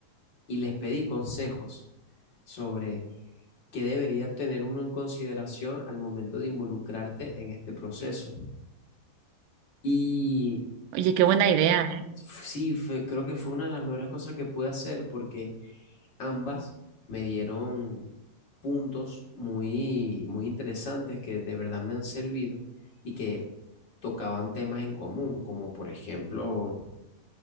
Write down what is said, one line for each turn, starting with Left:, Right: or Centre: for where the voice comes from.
Left: y les pedí consejos sobre qué debería tener uno en consideración al momento de involucrarte en este proceso. Y
Right: Oye, qué buena idea, ¿eh?
Left: sí, fue- creo que fue una de las mejores cosas que pude hacer porque ambas me dieron puntos muy, muy interesantes que de verdad me han servido y que tocaban temas en común, como por ejemplo